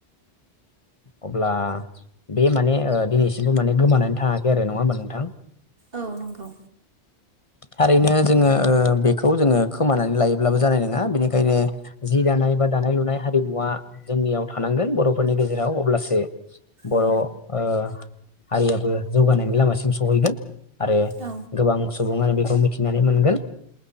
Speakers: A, on the left (about 30°); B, on the right (about 55°).
A: अब्ला बे माने ओह दिनैसिमबो माने गोमानानै थाङाखै आरो नङा होमबा नोंथां
B: औ नंगौ
A: थारैनो जोङो ओह बेखौ जोङो खोमानानै लायोब्लाबो जानाय नङा बेनिखायनो जि दाना एबा दानाय लुनाय हारिमुवा जोंनियाव थानांगोन बर'फोरनि गेजे राव अब्लासो बर'
B: औ
A: ओह हारियाबो जौगानायनि लामासिम सहैगोन आरो
B: औ
A: गोबां सुबुङानो बे मिथिनानै मोनगोन